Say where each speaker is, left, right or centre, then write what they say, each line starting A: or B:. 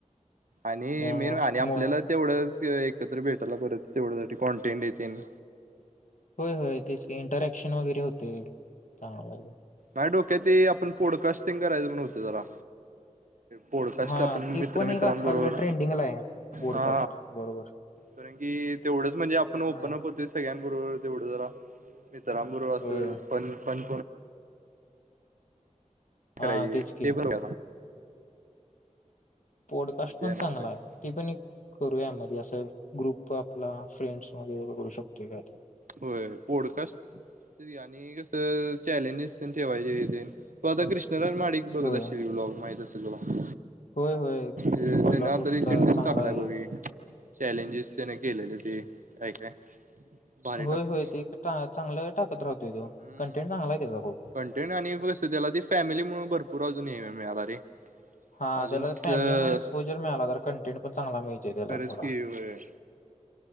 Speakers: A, on the right; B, on the left.
A: आणि
B: त्यामुळे
A: मेन
B: अस-
A: आणि आपल्याला
B: मु-
A: तेवढंच एकत्र भेटाला परत तेवढ्यासाठी कॉन्टेंट हे तेन
B: होय होय तेच काही इंटरॅक्शन वगैरे होते चांगलय
A: नाही डोक्यात ते आपण पोडकास्टिंग करायचं पण होत जरा पॉडकास्ट
B: हा
A: आपण
B: ती
A: मित्रमित्रांबरोबर
B: पण एक आजकाल ट्रेंडिंगला आहे पॉडकास्ट
A: हा
B: बरोबर
A: कारण की तेवढंच म्हणजे आपण ओपन
B: हा
A: अप होतेस. सगळ्यांन बरोबर तेवढं जरा मित्रांन बरोबर असं
B: होय
A: पण पण
B: हा
A: करायचं
B: तेच की
A: ते पण
B: पोडकास्ट
A: मज्जा
B: पण
A: येणार
B: चांगला
A: त्याला
B: आहे ते पण करूया मध्ये असं ग्रुप आपला फ्रेंड्स मग करू शकतोय का आता
A: होय पोडकास्ट आणि कसं चॅलेंजेस ठेवायचे तो आता कृष्णरा महाडिक. बघत
B: होय
A: असशली ब्लाँग माहित असेल तुला?
B: होय होय
A: ते
B: कोल्हापूरचा
A: ना तरी सेंडस
B: चांगला
A: टाकलाय
B: आहे.
A: बघ चॅलेंजेस तेन केलेले ते काय काय भारी
B: होय
A: टाकतोय
B: होय ते चांगलं टाकत राहतोय तो
A: हम्म
B: कंटेंट चांगला आहे त्याचा खूप
A: कंटेंट आणि मग त्याला ती फॅमिली म्हणून भरपूर अजून ये मिळाला रे
B: हा
A: अजूनच
B: त्याला फॅमिलीमुळे एक्सपोजर मिळाला तर कंटेंट पण चांगला मिळते त्याला
A: खरंच
B: थोडा
A: की होय